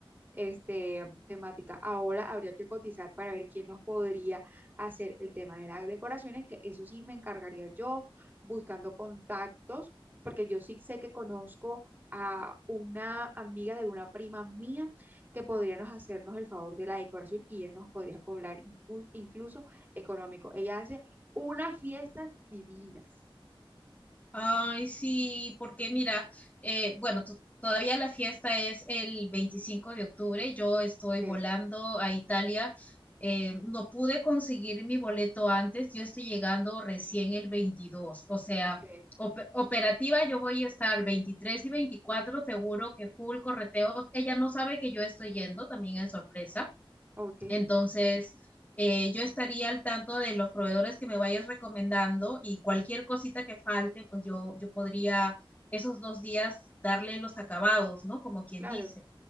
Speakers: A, on the right; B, on the left.
A: este, temática. Ahora habría que cotizar para ver quién nos podría hacer el tema de las decoraciones, que eso sí me encargaría yo buscando contactos, porque yo sí sé que conozco a una amiga de una prima mía que podríamos hacernos el favor de la decoración y ella nos podría cobrar inclu- incluso económico. Ella hace unas fiestas divinas.
B: Ay, sí, porque mira, eh, bueno, to- todavía la fiesta es el 25 de octubre, yo estoy
A: Ok,
B: volando a Italia, eh, no pude conseguir mi boleto antes, yo estoy llegando recién el 22. o sea,
A: ok,
B: op- operativa yo voy a estar 23 y 24. seguro que full correteos, ella no sabe que yo estoy yendo, también es sorpresa.
A: ok,
B: Entonces, eh, yo estaría al tanto de los proveedores que me vayas recomendando y cualquier cosita que falte, pues yo, yo podría esos dos días darle los acabados, ¿no? Como quien
A: claro.
B: dice.